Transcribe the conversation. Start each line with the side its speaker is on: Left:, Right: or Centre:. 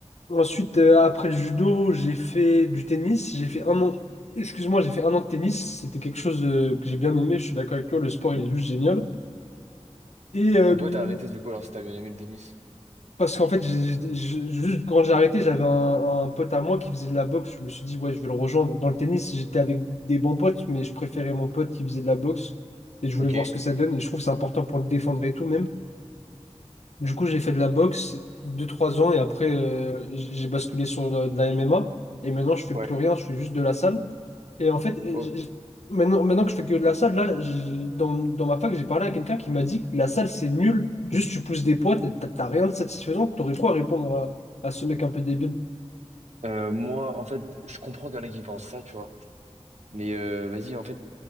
Left: Ensuite, euh, après le judo, j'ai fait du tennis. J'ai fait un an, excuse-moi, j'ai fait un an de tennis. C'était quelque chose euh, que j'ai bien aimé. Je suis d'accord avec toi, le sport, il est juste génial. Et euh,
Right: pourquoi t'as arrêté du coup alors si t'as bien aimé le tennis?
Left: parce qu'en fait, j'ai- j'ai- j'ai- juste quand j'ai arrêté, j'avais un, un pote à moi qui faisait de la boxe. Je me suis dit, ouais, je vais le rejoindre. Dans le tennis, j'étais avec des bons potes, mais je préférais mon pote qui faisait de la boxe. Et je voulais
Right: Ok.
Left: voir ce que ça donne. Et je trouve que c'est important pour te défendre et tout, même. Du coup, j'ai fait de la boxe deux trois ans et après, euh, j- j'ai basculé sur de, de la MMA. Et maintenant, je fais
Right: Ouais.
Left: plus rien, je fais juste de la salle. Et en fait, euh,
Right: Oh.
Left: j- j- maintenant, maintenant que je fais que de la salle, là, j- dans, dans ma fac, j'ai parlé à quelqu'un qui m'a dit que la salle, c'est nul. Juste, tu pousses des poids, t'as t'as rien de satisfaisant. T'aurais quoi à répondre à, à ce mec un peu débile?
Right: Euh, moi, en fait, je comprends qu'il y en a qui pensent ça, tu vois. Mais euh, vas-y, en fait,